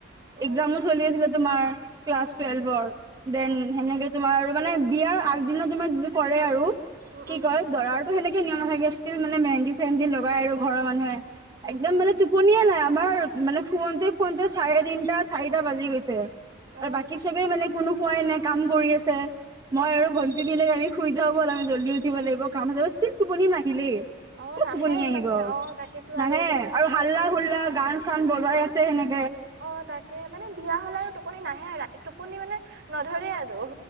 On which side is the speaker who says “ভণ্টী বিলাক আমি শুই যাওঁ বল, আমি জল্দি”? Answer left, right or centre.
Right